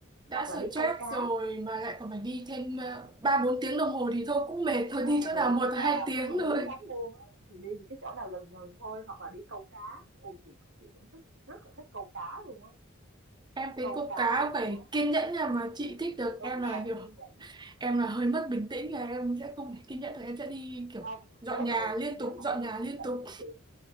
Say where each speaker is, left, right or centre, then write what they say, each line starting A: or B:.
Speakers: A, on the right; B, on the right.
A: đã
B: hoặc
A: stress
B: là đi câu cá.
A: rồi mà lại còn phải đi thêm ờ, ba bốn tiếng đồng hồ thì thôi cũng mệt thôi
B: à
A: đi chỗ
B: Ừ,
A: nào một
B: chắc là
A: hai tiếng
B: chắc là
A: thôi
B: đuối lắm luôn á. Thì đi những cái chỗ nào gần gần thôi, hoặc là đi câu cá. Ôi chị chị cũng thích, rất là thích câu cá luôn á.
A: em thấy
B: Câu
A: câu
B: cá
A: cá
B: này
A: phải
B: nha,
A: kiên nhẫn nha mà chị thích được
B: đúng
A: em là
B: rồi,
A: kiểu
B: kiên nhẫn.
A: em là hơi mất bình tĩnh là em sẽ không thể kiên nhẫn được em sẽ đi kiểu
B: Không,
A: dọn
B: nếu
A: nhà
B: mà
A: liên
B: nếu
A: tục
B: mà
A: dọn
B: em
A: nhà
B: mất bình
A: liên
B: tĩnh
A: tục
B: thì chị